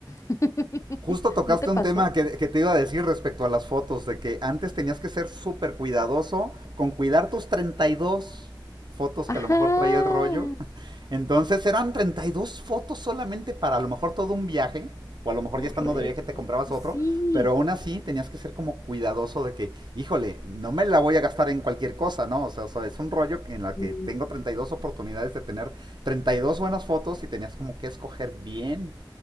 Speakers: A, on the left; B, on the right.
A: <laughs>
B: Justo tocaste
A: ¿No te pasó?
B: un tema que, que, te iba a decir respecto a las fotos, de que antes tenías que ser súper cuidadoso con cuidar tus 32 fotos
A: Ajá,
B: que a lo mejor traía el rollo. <laughs> Entonces eran 32 fotos solamente para a lo mejor todo un viaje, o a lo mejor
A: correcto.
B: ya estando de viaje te comprabas
A: Sí.
B: otro, pero aún así tenías que ser como cuidadoso de que, híjole, no me la voy a gastar en cualquier cosa, ¿no? O sea, es un rollo en la que
A: Mm.
B: tengo 32 oportunidades de tener 32 buenas fotos y tenías como que escoger bien